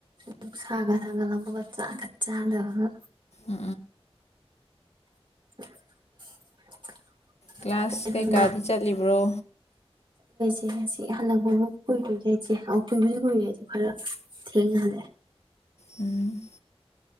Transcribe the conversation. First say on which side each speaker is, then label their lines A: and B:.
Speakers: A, on the right; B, on the left.
A: ꯅꯨꯡꯁꯥꯒ ꯆꯥꯛ ꯀ ꯆꯥꯗꯕꯒ
B: ꯎ ꯎ
A: <inaudible>
B: ꯀ꯭ꯂꯥꯁ
A: ꯀꯩꯗꯧꯅ
B: ꯀꯩꯀꯥꯗꯤ ꯆꯠꯂꯤꯕ꯭ꯔꯣ
A: ꯌꯦꯁꯤ ꯍꯜꯂꯛꯄꯕꯨ ꯀꯨꯏꯗꯤ ꯆꯦ ꯑ ꯀꯨꯏꯕꯨꯗꯤ ꯀꯨꯏꯔꯦꯁꯤ ꯈꯔ ꯊꯦꯡꯉꯍꯦ
B: ꯎꯝ